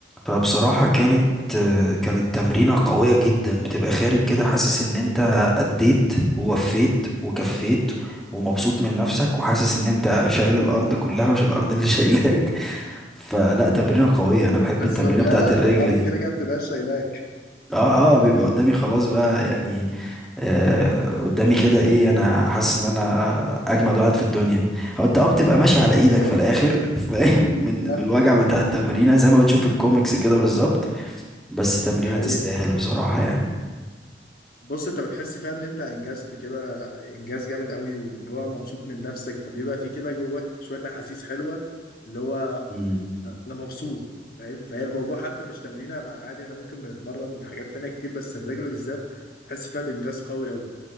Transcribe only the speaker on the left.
بالظبط
لا
لا
هو الارض
كده كده بتبقى شايلاك
بالظبط
<laughs>
بالظبط
دي حقيقة
بص انت بتحس فيها ان انت انجزت كده انجاز جامد قوي واللي هو مبسوط من نفسك فبيبقى في كده جواك شوية احاسيس حلوة اللي هو
انا مبسوط فاهم فهي الموضوع حتى مش تمرينة مع عادي احنا ممكن بنتمرن حاجات تانية كتير بس الرجل بالذات تحس فيها بانجاز قوي قوي